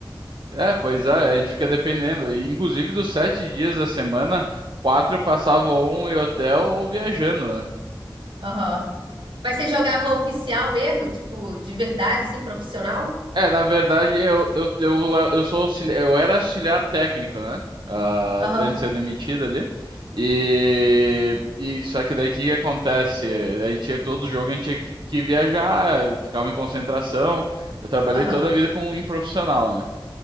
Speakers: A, on the right; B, on the right.
A: É, pois é, a gente fica dependendo. E, inclusive, dos sete dias da semana, quatro passavam um em hotel ou viajando, né?
B: Aham. Mas você jogava oficial mesmo? Tipo, de verdade, assim, profissional?
A: É, na verdade, eu, eu, eu, eu sou auxiliar, eu era auxiliar técnico, né? Ah,
B: Aham,
A: antes de ser demitido ali. E, e só que daí o que que acontece? A gente tinha todo jogo, a gente tinha que, fi- que viajar, ficava em concentração. Eu trabalhei
B: aham,
A: toda a <laughs> vida com um profissional, né?